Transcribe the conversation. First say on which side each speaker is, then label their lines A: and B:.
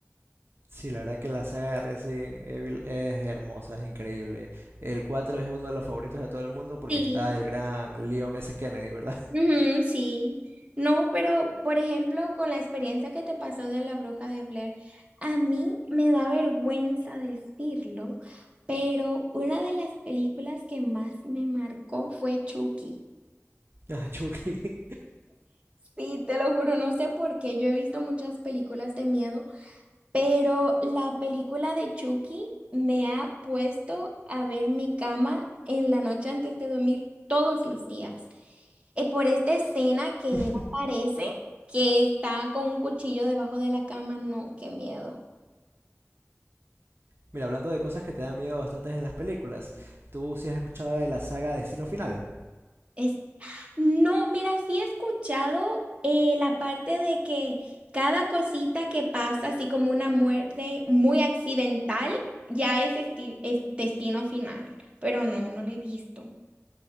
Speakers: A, on the right; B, on the right.
A: Sí, la verdad que la saga de Resident Evil es hermosa, es increíble. El 4 es uno de los favoritos de todo el mundo porque
B: Sí.
A: está el gran Leon S. Kennedy, ¿verdad?
B: Ujú, sí. No, pero por ejemplo, con la experiencia que te pasó de la bruja de Blair, a mí me da vergüenza decirlo, pero una de las películas que más me marcó fue Chucky.
A: Ah, Chucky.
B: Sí, te lo juro, no sé por qué. Yo he visto muchas películas de miedo, pero la película de Chucky me ha puesto a ver mi cama en la noche antes de dormir todos los días. Eh, por esta escena que
A: <laughs>
B: él aparece, que está con un cuchillo debajo de la cama, no, qué miedo.
A: Mira, hablando de cosas que te dan miedo bastantes en las películas, ¿tú sí has escuchado de la saga Destino Final?
B: Es No, mira, sí he escuchado eh, la parte de que cada cosita que pasa, así como una muerte muy accidental, ya es, esti- es destino final, pero no, no lo he visto.